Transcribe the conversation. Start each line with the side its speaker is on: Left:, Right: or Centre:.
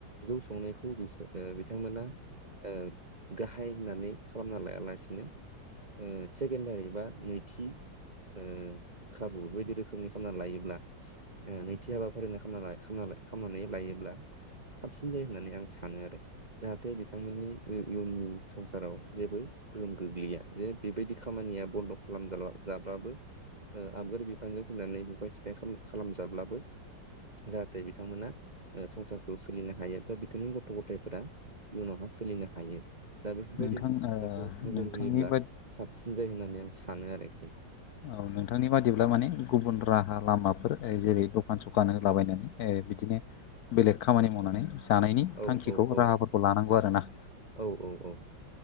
Right: जौ संनायखौ बिसोर बिथांमोना ओ गाहाय होननानै खालामना लायालासिनो ओ सेकेण्डारि बा नैथि ओ खाबु बे बायदि रोखोमनि खामना लायोब्ला ओ नैथि हाबाफारि होनना खामना-खामना खामनानै लायोब्ला साबसिन जायो होननानै आं सानो आरो जाहाथे बिथांमोननि इयुननि संसाराव जेबो गोहोम गोग्लैया जे बेबायदि खामानिया बन्द' खालाम जाब्ला- जाब्लाबो ओ आबगुर बिफानजों फैनानै बुगाय सिफाय खालाम खालामजाब्लाबो जाहाथे बिथांमोना ओ संसारखौ सोलिनो हायो बा बिथांनि गथ थ'-गथायफोरा इयुनावहा सोलिनो हायो दा बेफोरबायदि
Left: नोंथां
Right: खोथाखौ
Left: ओ
Right: नोजोर
Left: नोंथांनि
Right: होयोब्ला
Left: बा
Right: साबसिन जायो होननानै आं सानो आरोखि।
Left: औ नोंथांनि बादिब्ला माने गुबुन राहा लामाफोर जेरै दखान सखान होदलाबायनानै ओ बिदिनो बेलेग खामानि मावनानै जानायनि
Right: औ
Left: थांखिखौ
Right: औ औ
Left: राहाफोरखौ लानांगौ आरो ना।
Right: औ औ औ